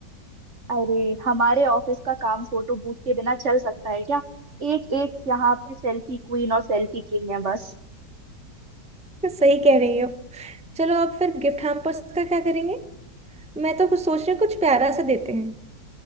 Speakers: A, on the right; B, in the centre.
A: अरे हमारे ऑफिस का काम फोटो बूथ के बिना चल सकता है क्या एक एक यहाँ पे सेल्फी क्वीन और सेल्फी किंग है बस
B: तो सही कह रही हो चलो अब फिर गिफ्ट हैम्पर्स का क्या करेंगे मैं तो कुछ सोच रही हूँ कुछ प्यारा सा देते हैं